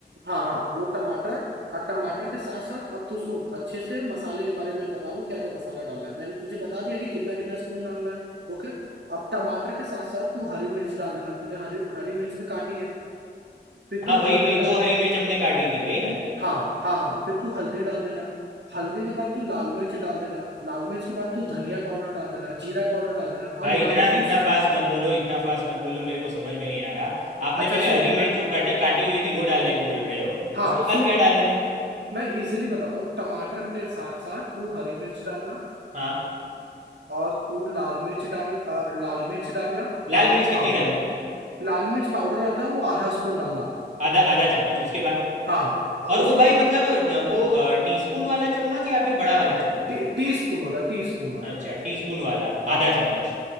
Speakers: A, on the right (about 75°); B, on the right (about 40°).
A: हाँ हाँ वो टमाटर और टमाटर के साथ साथ अब तू सुन अच्छे से मसाले के बारे में बता दूं क्या क्या मसाला डालना है मैंने तुझे बता दिया कि कितना कितना स्पून डालना है ओके अब टमाटर के साथ साथ तू हरी मिर्च डाल देना तूने हरी हरी मिर्च भी काटी है फिर
B: हाँ
A: तू
B: वही
A: हल्दी
B: वही
A: डाल
B: दो हरी मिर्च हमने काटी थी वही ना
A: हाँ हाँ हाँ फिर तू हल्दी डाल देना हल्दी के बाद तू लाल मिर्च डाल देना लाल मिर्च के बाद तू धनिया पाउडर डाल देना जीरा पाउडर डाल देना और
B: भाई
A: नमक
B: इतना
A: तू
B: इतना फास्ट मत बोलो इतना फास्ट मत बोलो मेरे को समझ में नहीं आ रहा आपने
A: अच्छा
B: पहले
A: सुन
B: हरी
A: मैं
B: मिर्च जो काटी काटी हुई थी वो डालने को बोल रहे हो
A: हाँ
B: उसके
A: सुन
B: बाद क्या
A: तू
B: डालना है
A: मैं इजिली बताता हूँ टमाटर के साथ साथ तू हरी मिर्च डालना
B: हाँ
A: और तू लाल मिर्च डाल अ, लाल मिर्च डालना लाल
B: लाल
A: मिर्च
B: मिर्च कितनी
A: पाउडर
B: डालूं
A: लाल मिर्च पाउडर आता है वो आधा स्पून डालना
B: आधा आधा चम्मच उसके बाद
A: हाँ अ,
B: और
A: उसके
B: वो भाई
A: बाद
B: मतलब
A: तू
B: अ, वो टीस्पून वाला चम्मच या फिर बड़ा वाला चम्मच
A: टी, टी स्पून वाला टी स्पून वाला
B: अच्छा टीस्पून वाला
A: हाँ
B: आधा चम्मच